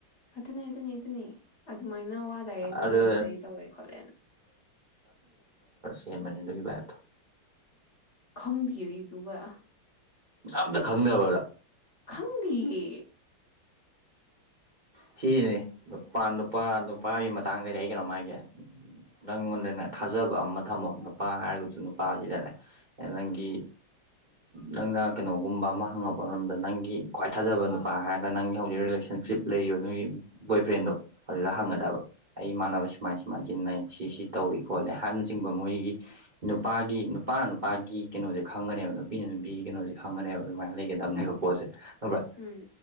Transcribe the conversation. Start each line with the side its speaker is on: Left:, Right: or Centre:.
Left: ꯑꯗꯨ ꯑꯗꯨꯅꯦ ꯑꯗꯨꯅꯦ ꯑꯗꯨꯗꯅꯦ ꯑꯗꯨ ꯁꯨꯃꯥꯏꯅ ꯋꯥ ꯗꯥꯏꯔꯦꯛ ꯉꯥꯡꯨꯕꯗꯒꯤ
Right: ꯑꯗꯣ
Left: ꯇꯧꯔꯦ ꯈꯣꯠꯂꯦꯅ
Right: ꯍꯦ ꯃꯅꯤ ꯑꯗꯨꯒꯤꯚꯥꯏꯠꯇꯣ
Left: ꯈꯪꯗ ꯑꯗꯨꯒ
Right: ꯑꯇ ꯈꯪꯗꯕꯗꯥ
Left: ꯈꯪꯗꯤꯦ
Right: ꯁꯤꯁꯤꯅꯤ ꯅꯨꯄꯥ ꯅꯨꯄꯥ ꯅꯨꯄꯥꯒꯤ ꯃꯇꯥꯡꯗꯅꯦ ꯑꯩ ꯀꯩꯅꯣꯝꯃꯒꯦ ꯅꯪꯉꯣꯟꯗꯅꯦ ꯊꯥꯖꯕ ꯑꯃ ꯊꯝꯃꯣ ꯅꯨꯄꯥ ꯍꯥꯏꯔꯒꯁꯨ ꯅꯨꯄꯥꯁꯤꯗꯅꯦ ꯅꯪꯒꯤ ꯅꯪꯅ ꯀꯩꯅꯣꯒꯨꯝꯕ ꯑꯃ ꯍꯪꯉꯛꯄ ꯃꯇꯝꯗ ꯅꯪꯒꯤ ꯈ꯭ꯋꯥꯏ ꯊꯥꯖꯕ ꯅꯨꯄꯥ ꯍꯥꯏꯔꯒ ꯅꯪꯒꯤ ꯍꯧꯖꯛ ꯔꯤꯂꯦꯁꯟꯁꯤꯞ ꯂꯩꯔꯤꯕ ꯅꯣꯏ ꯕꯣꯏ ꯐ꯭ꯔꯦꯟꯗꯣ ꯑꯗꯨꯗ ꯍꯪꯒꯗꯕ
Left: ꯎꯝ
Right: ꯑꯩ ꯏꯃꯥꯟꯅꯕ ꯁꯨꯃꯥꯏ ꯁꯨꯃꯥꯏꯅ ꯇꯤꯟꯅꯩ ꯁꯤ ꯇꯧꯏ ꯈꯣꯠꯂꯦ ꯍꯥꯏꯕꯅꯆꯤꯡꯕ ꯃꯣꯏꯒꯤ ꯅꯨꯄꯥꯒꯤ ꯅꯨꯄꯥꯅ ꯅꯨꯄꯥꯒꯤ ꯀꯩꯅꯣꯁꯦ ꯈꯪꯒꯅꯦꯕ ꯅꯨꯄꯤꯅ ꯅꯨꯄꯤꯒꯤ ꯀꯩꯅꯣꯁꯦ ꯈꯪꯒꯅꯦꯕ ꯑꯗꯨꯃꯥꯏꯅ ꯂꯩꯒꯗꯕꯅꯦꯕ ꯄꯣꯠꯁꯦ ꯅꯕ꯭ꯔ
Left: ꯎꯝ